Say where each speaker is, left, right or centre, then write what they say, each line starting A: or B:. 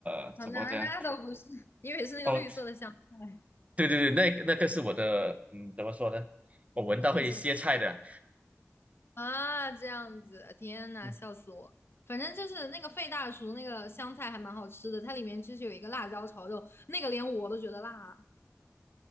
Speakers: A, on the right (about 25°); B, on the left (about 50°).
A: 呃，怎么讲？
B: 啊，那那倒不是，因为是那个绿色的香菜，
A: 哦，对对对，那个那个是我的，嗯，怎么说呢？我闻到会歇菜的，
B: 不行啊，这样子，天呐，
A: 嗯，
B: 笑死我。反正就是那个费大叔那个香菜还蛮好吃的，它里面就是有一个辣椒炒肉，那个连我都觉得辣。